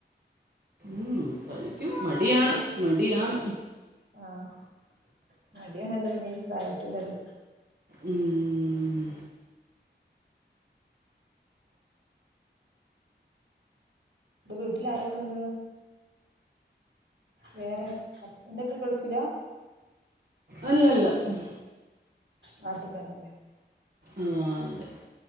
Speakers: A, on the right; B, on the right.
A: ഉം കഴിക്കും മടിയാണ് മടിയാണ്
B: ആഹ് മടിയാണല്ല പിന്നെ ഈ പ്രായത്തില്ലത്
A: ഉം.
B: ഇന്റെ വീട്ടിൽ ആരൊക്കെ ഇണ്ട് വേറെ ഹസ്ബന്റ് ഒക്കെ ഗൾഫിലാ
A: അല്ലല്ല ഉം
B: നാട്ടി തന്നേ ലെ
A: ആഹ് അതെ